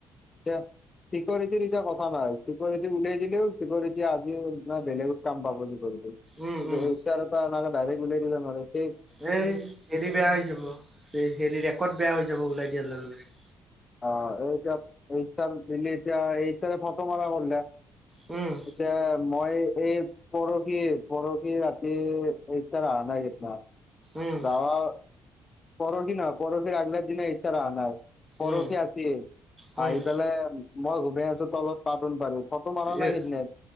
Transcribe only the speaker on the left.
এতিয়া চিকিউৰিটি এতিয়া কথা নাই চিকউৰিটি উলিয়াই দিলেও চিকউৰিটা আজি নাই বেলেগত কাম পাব সি কৰিলো
কিন্তু
এইচাৰ এটা এনকে দাইৰেক উলিয়াই দিলে নোৰে
অ এতিয়া এইচ আৰ ভিলি এতিয়া এইচাৰে ফটো মাৰা কৰিলে
এতিয়া মই এই পৰ খি পৰখি ৰাতি ইচ্ছাৰ অহা নাই সেইদিনা
যাৱা পৰহি ন পৰখীৰ আগদিনাই ইচ্ছাৰ অহা নাই পৰহি
আছিল
আহি পেলাই মই ঘুমাই আছো তলত কাৰ্টুন পাৰি ফটো মাৰা
নাই সেইদিনে